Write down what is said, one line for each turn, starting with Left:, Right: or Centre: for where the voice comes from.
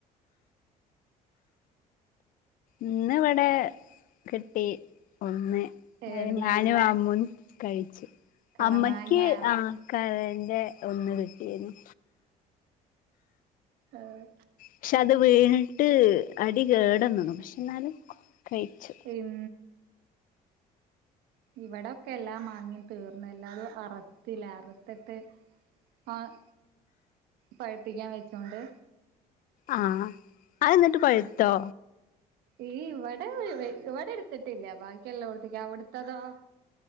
Left: ഇന്ന് ഇവിടെ കിട്ടി ഒന്ന്
Right: എവിടുന്ന്
Left: അ ഞാനും അമ്മീം കഴ്ച്ച്
Right: കറമാങ്ങയാ
Left: അമ്മക്ക് കരന്റെ ഒന്ന് കിട്ടിയരുന്നു
Right: ആഹ്
Left: പക്ഷെ അത് വീണിട്ട് അടി കേടന്നണു പക്ഷെ എന്നാലും കഴിച്ചു
Right: ഉം ഇവിടെക്കെ എല്ലാം മാങ്ങി തീർന്ന് എല്ലാതും അറത്തില്ല അറുത്തിട്ട് ആഹ് പഴപ്പിക്കാൻ വെച്ചൊണ്ട്
Left: ആഹ് അ എന്നിട്ട് പഴുത്തോ
Right: ഈ വട വട എടുത്തിട്ടില്ല ബാക്കിയെല്ലാം കൊടുത്തേക്ക അവടുത്തതോ